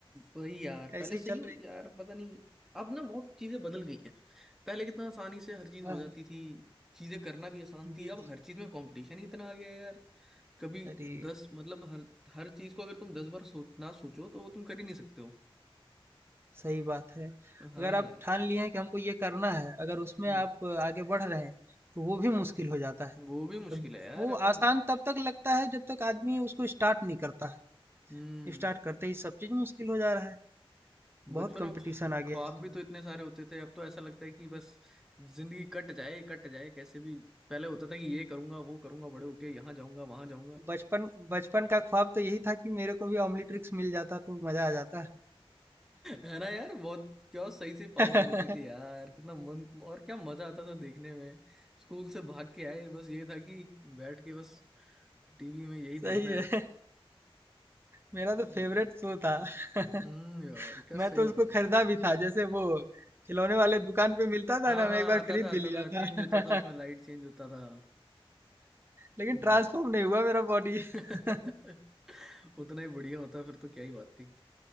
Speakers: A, in the centre; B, on the right.
A: वही यार
B: ऐसे
A: पहले
B: ही
A: सही
B: चल
A: हो
B: रही
A: यार पता नहीं अब ना बहुत चीजें बदल गई हैं पहले कितना आसानी से हर चीज
B: हाँ
A: हो
B: हाँ
A: जाती थी चीजें करना भी आसान थी
B: जी
A: अब
B: जी
A: हर चीज में कंपटीशन ही इतना आ गया है यार कभी
B: अरे
A: दस मतलब हर हर चीज को अगर तुम दस बार सोच ना सोचो तो वो तुम कर ही नहीं सकते हो
B: सही बात है।
A: हाँ
B: अगर आप ठान लिए हैं कि हमको ये करना है, अगर उसमें
A: हम्म,
B: आप आगे बढ़ रहे हैं, तो वो भी मुश्किल हो जाता है।
A: वो भी मुश्किल
B: अब
A: है यार
B: वो
A: अब
B: आसान तब तक लगता है जब तक आदमी उसको स्टार्ट नहीं करता है।
A: हम्म
B: स्टार्ट करते ही सब चीज़ मुश्किल हो जा रहा है।
A: बचपन
B: बहुत कॉम्पिटिशन
A: में ख्वा-
B: आ गया
A: ख्वाब
B: है इस समय।
A: भी तो इतने सारे होते थे अब तो ऐसा लगता है कि बस जिंदगी कट जाए कट जाए कैसे भी पहले होता था कि ये करूंगा वो करूंगा बड़े होके यहाँ जाऊंगा वहां जाऊंगा
B: बचपन बचपन का ख्वाब तो यही था कि मेरे को भी ऑम्निट्रिक्स मिल जाता तो मज़ा आ जाता।
A: है ना यार बहुत क्या सही से पावर्स
B: <laughs>
A: होती थी यार कितना मन और क्या मजा आता था देखने में स्कूल से भाग के आए बस ये था कि बैठ के बस टीवी में यही देखना
B: सही है।
A: है
B: मेरा
A: हम्म
B: तो फेवरेट शो था। <laughs>
A: हम्म, यार क्या
B: मैं
A: सही
B: तो
A: होता
B: उसको
A: था
B: खरीदा भी था जैसे वो खिलौने वाले दुकान पे मिलता था
A: हाँ
B: ना
A: हाँ
B: मैं एक बार
A: आता
B: खरीद
A: था
B: भी
A: आता
B: लिया
A: था चेंज
B: था
A: होता था उसमें
B: <laughs>
A: लाइट चेंज होता था
B: लेकिन ट्रांसफॉर्म
A: यार
B: नहीं हुआ मेरा बॉडी
A: <laughs>
B: <laughs>
A: उतना ही बढ़िया होता फिर तो क्या ही बात थी